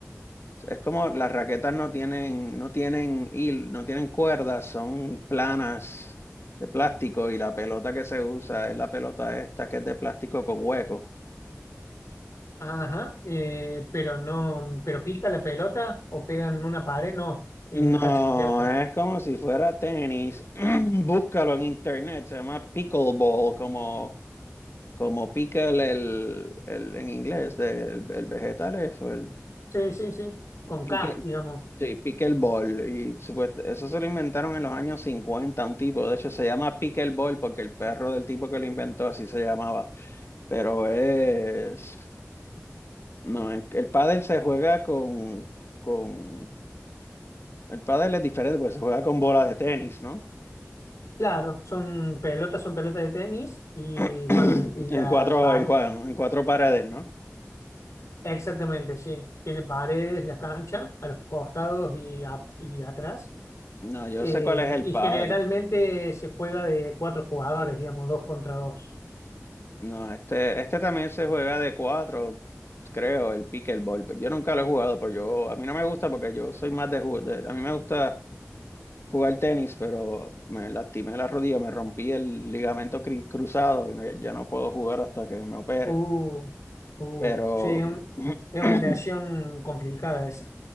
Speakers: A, on the left; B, on the left.
A: Es como las raquetas no tienen, no tienen hil- no tienen cuerdas, son planas de plástico y la pelota que se usa es la pelota esta que es de plástico con hueco.
B: ajá, eh, pero no, pero pica la pelota o pegan en una pared, no, es
A: No,
B: una cancha abierta.
A: es como si fuera tenis. <clears throat> Búscalo en internet, se llama pickleball, como, como pickle el, el- en inglés, de- el, el vegetal eso el
B: Sí, sí, sí, con
A: pique,
B: K, digamos.
A: Sí, pickleball. Y supuest- eso se lo inventaron en los años 50 un tipo. De hecho, se llama pickleball porque el perro del tipo que lo inventó así se llamaba. Pero es... No, el, el pádel se juega con, con... El pádel es diferente porque se juega con bola de tenis, ¿no?
B: Claro, son pelotas, son pelotas de tenis y
A: <clears throat>
B: bueno, y la
A: En cuatro,
B: pal,
A: en cua- en cuatro paredes, ¿no?
B: Exactamente, sí. Tiene paredes la cancha a los costados y, a- y atrás.
A: No, yo
B: Eh,
A: sé cuál es el
B: y
A: pádel.
B: generalmente se juega de cuatro jugadores, digamos, dos contra dos.
A: No, este, este también se juega de cuatro, creo, el pickleball. pero Yo nunca lo he jugado, pero yo, a mí no me gusta porque yo soy más de, ju- de- a mí me gusta jugar tenis, pero me lastimé la rodilla, me rompí el ligamento cri- cruzado y no- ya no puedo jugar hasta que me opere.
B: Uh, uh,
A: Pero,
B: sí, un-
A: <clears throat>
B: es una aleación complicada esa.